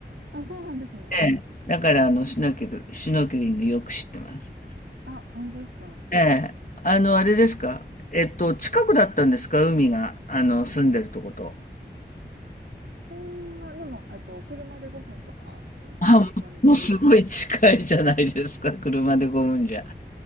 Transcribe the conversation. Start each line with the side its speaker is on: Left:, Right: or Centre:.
Right: あ、そうなんですね。
Left: ええ、だから、あの、シュノーケル、シュノーケリングよく知ってます。
Right: あ、本当ですか
Left: ええ、あの、あれですかえっと、近くだったんですか海が、あの、住んでるとこと。
Right: そんな、でも、えっと、車で5分とか、そんな感じ。
Left: あ、もうすごい近いじゃないですか、車で5んじゃ。